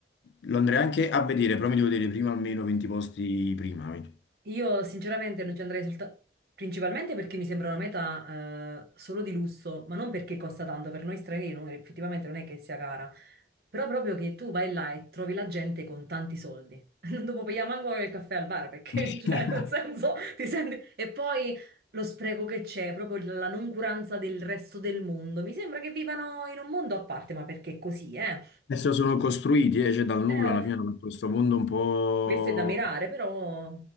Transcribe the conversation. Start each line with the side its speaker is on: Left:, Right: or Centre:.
Left: lo andrei anche a vedere, però mi devo vedere prima almeno 20 posti prima. quindi.
Right: Io sinceramente non ci andrei soltanto principalmente perché mi sembra una meta eh, solo di lusso, ma non perché costa tanto, per noi stranieri non- effettivamente non è che sia cara, però proprio che tu vai là e trovi la gente con tanti soldi. <laughs> Non dopo pagare manco il caffè al bar perché,
Left: <laughs>
Right: <laughs> cioè, nel senso, ti senti... E poi lo spreco che c'è, proprio la noncuranza del resto del mondo. Mi sembra che vivano in un mondo a parte, ma perché è così, eh?
Left: Adesso sono costruiti, eh, cioè dal nulla
Right: Eh,
Left: alla fine hanno fatto questo mondo un po'.
Right: questo è da mirare, però...